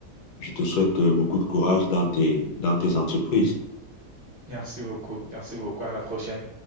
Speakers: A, on the left (about 85°); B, on the right (about 45°).
A: je te souhaite euh, beaucoup de courage dans tes, dans tes entreprises.
B: Merci beaucoup. Merci beaucoup. À la prochaine.